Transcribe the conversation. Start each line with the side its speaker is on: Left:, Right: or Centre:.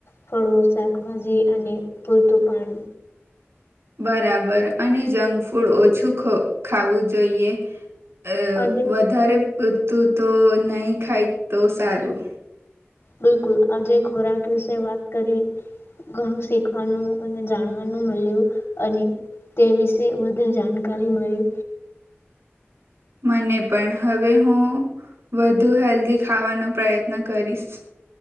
Left: ફળો શાકભાજી અને પૂરતું પાણી
Right: બરાબર અને જંક ફૂડ ઓછું ખાવું જોઈએ. અ
Left: આજે
Right: વધારે પૂરતું તો નહી ખાય તો સારું
Left: બિલકુલ આજે ખોરાક વિશે વાત કરી ઘણું શીખવાનું અને જાણવાનું મળ્યું અને તે વિશે વધુ જાણકારી મળી
Right: મને પણ હવે હું વધુ હેલ્ધી ખાવાનો પ્રયત્ન કરીશ.